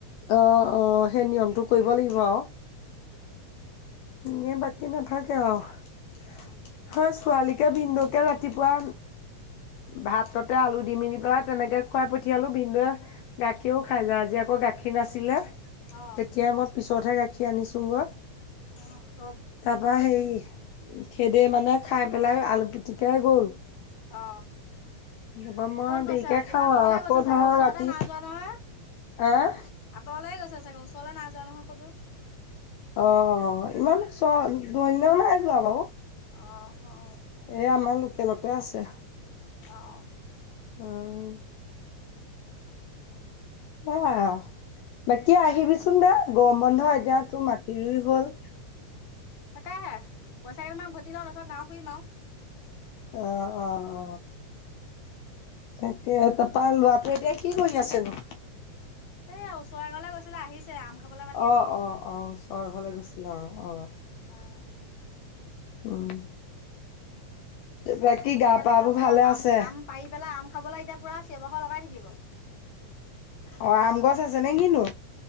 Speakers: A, on the left; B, on the left.
A: অ'অ'সেই নিয়মটো কৰিব লাগিব আৰু।
B: উম।
A: এনে বাকী নাথাকে আৰু সেই
B: উম
A: ছোৱালী। তই ভিনদেউকে ৰাতিপুৱা। ভাততে আলু দি মেলি পেলাই তেনেকে খুৱাই পঠিয়ালো ভিনদেউক। গাখীৰো খাই যায়, আজি আকৌ গাখীৰ নাছিলে। তেতিয়া
B: অঁ
A: মই পিছতহে গাখীৰ আনিছোঁ গৈ।
B: উম।
A: তাৰ পৰা হেই সেতি মানে খাই পেলাই, আলু পিটিকাই গ'ল।
B: অ
A: তাৰপা মই
B: ক'ত
A: দেৰিকে
B: গৈছে আজি,
A: খাওঁ
B: আঁতৰলে
A: আৰু আকৌ
B: গৈছে চাগে
A: নহয়
B: ওচৰতে
A: ৰাতি
B: না -যোৱা নহয়।
A: আহ
B: আঁতৰলৈ গৈছে চাগে, ওচৰলৈ না -যোৱা নহয় ক'তো।
A: অ'অ'ইমান চ দূৰলৈ না-যোৱা বাৰু।
B: অ'অ'
A: এই আমাৰ লোকেলতে আছে।
B: অ
A: উম। অহ, বাকী আহিবি
B: উম,
A: চোন বা গৰম বন্ধ এতিয়া তোৰ মাটি ৰুই হ'ল।
B: তাকেহে পইচা কেইটামান ঘটি লও তাৰপিছত, গাওঁ ফুৰিম আৰু।
A: অ 'অ 'অ তাকেই তাৰপা ল'ৰা
B: মাতিছে
A: টোৱে এতিয়া কি কৰি আছেনো?
B: এই ওচৰে এঘৰলৈ গৈছিলে আহিছে, আম খাবলৈ মাতি আছে।
A: অ'অ'অ'ওচৰ ঘৰলৈ গৈছিলে অ'অ।
B: অ।
A: উম। বাকী
B: আমাৰ
A: গা
B: ইয়াত
A: পাবোৰ
B: একদম এতিয়া
A: ভালে
B: বাম
A: আছে?
B: আম পাৰি পেলাই। আম খাবলৈ এতিয়া পুৰা চিঞঁৰ-বাখৰ লগাই থাকিব।
A: অ' আম গছ আছেনে কিনো?